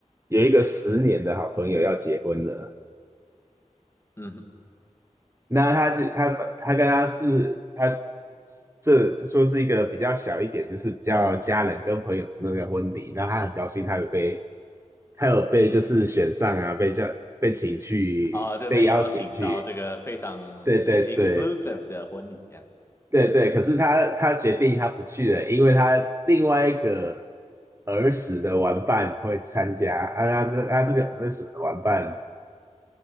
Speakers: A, on the right (about 20°); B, on the left (about 20°).
A: 有一个十年的好朋友要结婚了。
B: 嗯，
A: 那她就她她跟她是她这说是一个比较小一点，就是比较家人跟朋友的那个婚礼。那她很高兴，她有被她有被就是选上啊，被叫被请去被邀请去。
B: 哦，就被邀请到这个非常
A: 对对对。
B: ex exclusive 的婚礼这样。
A: 对对，可是他他决定他不去了，因为他另外一个儿时的玩伴会参加，啊，他这他这个儿时的玩伴